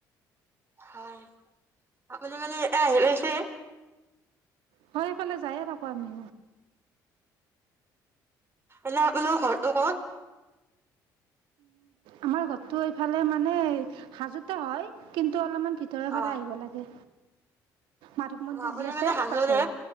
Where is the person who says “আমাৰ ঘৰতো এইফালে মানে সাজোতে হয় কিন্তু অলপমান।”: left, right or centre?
Right